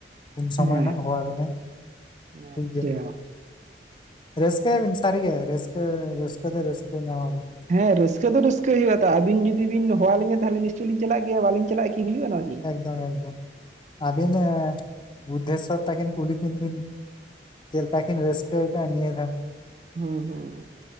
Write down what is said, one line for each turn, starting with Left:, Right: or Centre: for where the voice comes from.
Left: ᱩᱱ
Right: ᱦᱮᱸ
Left: ᱥᱚᱢᱚᱭ ᱱᱷᱟᱜ ᱦᱚᱦᱚᱵᱤᱱᱟᱭ ᱴᱷᱤᱠ
Right: ᱟᱪᱪᱷᱟ
Left: ᱜᱮᱭᱟ ᱨᱟᱹᱥᱠᱟᱹᱭᱟᱵᱤᱱ ᱥᱟᱹᱨᱤᱜᱮ ᱨᱟᱹᱥᱠᱟᱹ ᱨᱟᱹᱥᱠᱟᱹ ᱫᱚ ᱨᱟᱹᱥᱠᱟᱹ ᱧᱟᱢᱟᱵᱤᱱ
Right: ᱦᱮᱸ ᱨᱟᱹᱥᱠᱟᱹ ᱫᱚ ᱨᱟᱹᱥᱠᱟᱹ ᱦᱩᱭᱩᱜ ᱟ ᱛᱟᱦ ᱟᱵᱤᱱ ᱡᱩᱫᱤ ᱵᱤᱱ ᱦᱚᱣᱟᱞᱤᱧᱟ ᱛᱟᱦᱞᱮ ᱱᱤᱥᱪᱚᱭ ᱞᱤᱧ ᱪᱟᱞᱟᱜ ᱜᱮᱭᱟ ᱵᱟᱞᱤᱧ ᱪᱟᱞᱟᱜ-ᱟ ᱠᱤ ᱠᱤ ᱦᱩᱭᱩᱜ-ᱟ ᱱᱚᱣᱟ ᱠᱤ
Left: ᱛᱚ ᱮᱠᱫᱚᱢ ᱟᱵᱤᱱ ᱵᱩᱫᱽᱫᱷᱮᱥᱥᱚᱨ ᱛᱟᱠᱤᱱ ᱠᱩᱞᱤ ᱠᱤᱱ ᱵᱤᱱ ᱪᱮᱫ ᱞᱮᱠᱟ ᱠᱤᱱ ᱨᱟᱹᱥᱠᱟᱹ ᱠᱟᱜᱼᱟ ᱱᱤᱭᱟᱹ ᱫᱷᱟᱣ
Right: ᱦᱩᱸ ᱦᱩᱸ